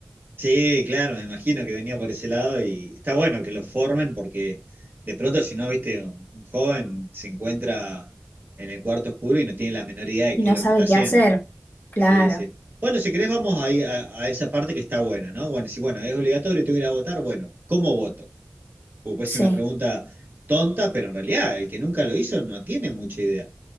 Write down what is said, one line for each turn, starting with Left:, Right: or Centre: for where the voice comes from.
Right: Sí, claro, me imagino que venía por ese lado y está bueno que lo formen porque de pronto si no, viste, un un joven se encuentra en el cuarto oscuro y no tiene la menor idea de
Left: y
Right: qué
Left: no
Right: es lo
Left: sabe
Right: que está haciendo.
Left: qué hacer. Claro,
Right: Sí, sí. Bueno, si querés vamos ahí a, a esa parte que está buena, ¿no? Bueno, si bueno, es obligatorio, tengo que ir a votar, bueno, ¿cómo voto? Porque puede
Left: sí.
Right: ser una pregunta tonta, pero en realidad el que nunca lo hizo no tiene mucha idea.